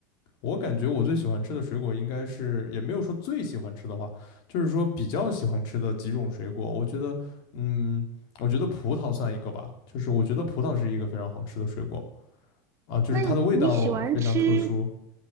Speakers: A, on the left; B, on the right.
A: 我感觉我最喜欢吃的水果应该是，也没有说最喜欢吃的话，就是说比较喜欢吃的几种水果。我觉得，嗯，我觉得葡萄算一个吧，就是我觉得葡萄是一个非常好吃的水果啊，就是它的味道非常特殊，
B: 那你喜欢吃？